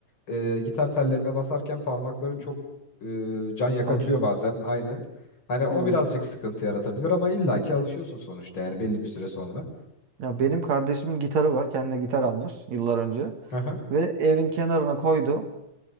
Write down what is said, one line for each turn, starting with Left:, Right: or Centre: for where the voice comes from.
Left: e, gitar tellerine basarken parmakların
Right: Hı
Left: çok
Right: hı.
Left: e, can yakabiliyor
Right: Acıyor.
Left: bazen aynen. Hani o
Right: Ha.
Left: birazcık sıkıntı yaratabilir ama illa ki alışıyorsun sonuçta yani belli bir süre sonra.
Right: Ya benim kardeşimin gitarı var. Kendine gitar almış yıllar önce
Left: Hı hı.
Right: ve evin kenarına koydu.